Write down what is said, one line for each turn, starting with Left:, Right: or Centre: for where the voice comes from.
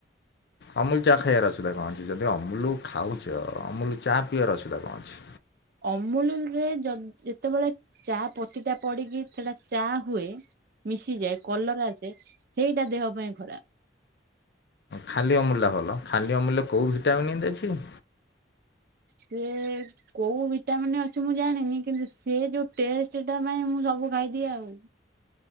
Left: ଅମୁଲ୍ ଚା ଖାଇବାର ଅସୁବିଧା କଣ ଅଛି ଯଦି ଅମୁଲ୍ ଖାଉଚ ଅମୁଲ୍ ଚା ପିଇବାରେ ଅସୁବିଧା କଣ ଅଛି?
Right: ଅମୁଲ୍ ରେ ଯଦି ଯେତେବେଳେ ଚା ପତିଟା ପଡିକି ସେଟା ଚା ହୁଏ ମିଶିଯାଏ କଲର୍ ଆସିଯାଏ ସେଇଟା ଦେହ ପାଇଁ ଖରାପ୍।
Left: ଖାଲି ଅମୁଲାଟା ଭଲ ଖାଲି ଅମୁଲରେ କୋଉ ଭିଟାମିନ୍ ଏମିତି ଅଛି କି?
Right: ହୁଁ। କୋଉ ଭିଟାମନ୍ ଅଛି ମୁଁ ଜାଣିନି କିନ୍ତୁ ସେ ଯୋଉ ଟେଷ୍ଟଟା ପାଇଁ ମୁଁ ସବୁ ଖାଇଦିଏ ଆଉ।